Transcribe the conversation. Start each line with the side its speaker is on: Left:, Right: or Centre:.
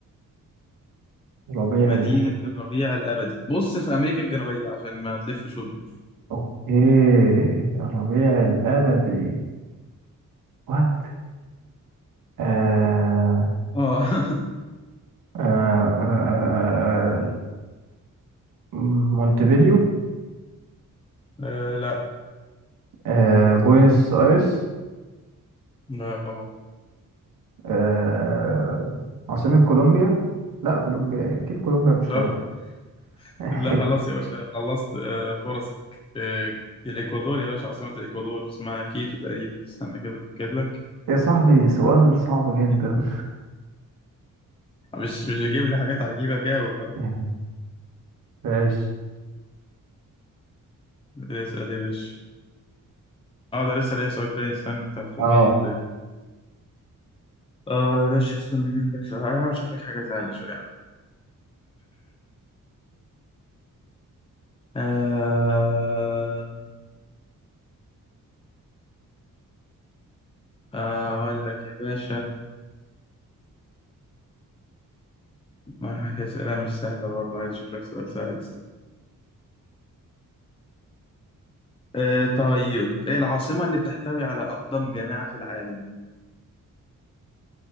Right: ربيع
Left: مدينة
Right: الابدي
Left: الربيع الأبدي بص في أمريكا الجنوبية عشان ما تلفش وتدور
Right: اوكي الربيع الابدي وات آه...
Left: آه <laughs>
Right: آه... آه... آه... آه، مونتفيديو
Left: آه، لا
Right: آه... بوينس ايرس
Left: لا
Right: آه... عاصمه كولومبيا لا كولومبيا إيه؟ اكيد كولومبيا مش
Left: لا
Right: ربيع <laughs>
Left: لا خلاص يا باشا خلصت آه، فرصك آه، الإكوادور يا باشا عاصمة الإكوادور اسمها كيتو تقريبا استنى كده أتأكد لك
Right: يا صاحبي سؤال صعب جدا
Left: كيتو بقى. مش مش تجيب لي حاجات عجيبة جاوب بقى
Right: <laughs> يعني ماشي
Left: اسأل يا باشا اه ده لسه ليا سؤال تاني استنى أنت هتخمني
Right: اه
Left: ولا إيه؟ اه يا باشا استنى أجيب لك سؤال هحاول أشوف لك حاجة زعلة شوية يا عم. <coughs> آه، آه، أقول لك يا باشا ما في أسئلة مش سهلة برضه عايز أشوف لك سؤال سهل آه طيب ايه العاصمة اللي بتحتوي على أقدم جامعة في العالم؟